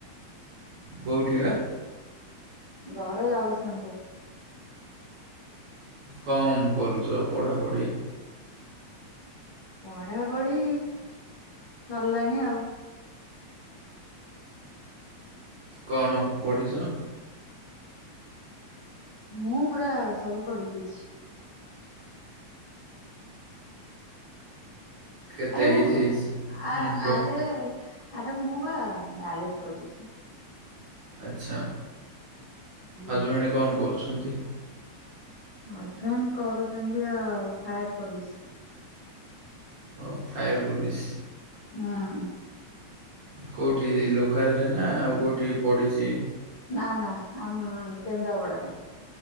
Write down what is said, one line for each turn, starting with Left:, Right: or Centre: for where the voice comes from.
Right: କୋଉଠି ବା?
Left: ଘର ଜଗତସିଂହପୁର।
Right: କଁ କରୁଚ ପଢ଼ାପଢ଼ି?
Left: ପଢାପଢି ସରିଲାଣି ଆଉ।
Right: କଣ ପଢିଚ?
Left: ମୁଁ ପୁରା ସବୁ ପଢି ଦେଇଚି।
Right: କେତେ
Left: ଆରେ ମୁଁ
Right: ଏଜ୍ ହେଇଛି?
Left: ଆ
Right: ହୁଁ କୁହ।
Left: ଆରେ ଆରେ ମୁଁ ବା ମ୍ୟାରେଡ କରିଚି।
Right: ଆଚ୍ଛା
Left: ହୁଁ
Right: ହଜବ୍ୟାଣ୍ଡ କଣ କରୁଛନ୍ତି?
Left: ହଜବେଣ୍ଟ କରୁଛନ୍ତି ଆଉ ଫାୟାର ପୋଲିସ୍।
Right: ଓ ଫାୟାର ପୋଲିସ୍।
Left: ହୁଁ।
Right: କୋଉଁଠି ଏଇ ଲୋକାଲେରେ ନା ଆଉ କୋଉଠି ପଡ଼ିଚି।
Left: ନା ନା ଆମ କେନ୍ଦ୍ରାପଡ଼ାରେ।